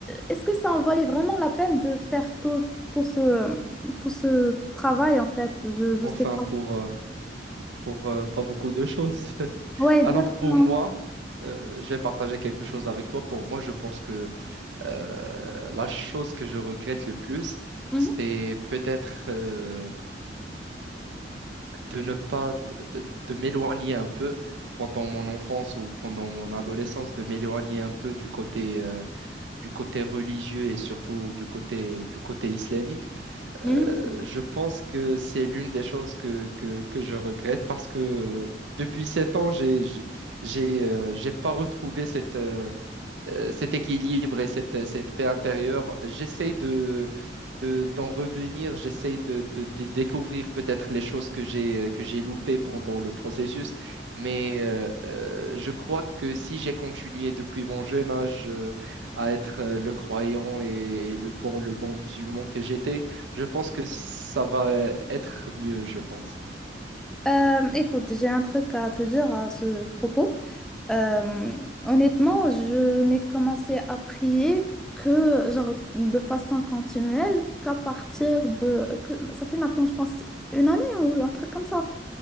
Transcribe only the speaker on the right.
Enfin,
pour, euh, pour euh, pas beaucoup de choses. <laughs>
Alors, pour moi, euh, je vais partager quelque chose avec toi. Pour moi, je pense que euh, la chose que je regrette le plus,
c'est peut-être euh, de ne pas, de, de- de m'éloigner un peu pendant mon enfance ou pendant mon adolescence, de m'éloigner un peu du côté euh, du côté religieux et surtout du côté, du côté islamique,
euh, je pense que c'est l'une des choses que, que, que je regrette parce que euh, depuis sept ans, j'ai, j'ai, j'ai euh, j'ai pas retrouvé cette, euh, euh, cet équilibre et cette, cette paix intérieure. J'essaie de, de- d'en revenir, j'essaie de, de- de découvrir peut-être les choses que j'ai, que j'ai loupées pendant le processus, mais euh, euh, je crois que si j'ai continué depuis mon jeune âge euh, à être euh, le croyant et, le bon, le bon musulman que j'étais, je pense que ça va être mieux, je pense.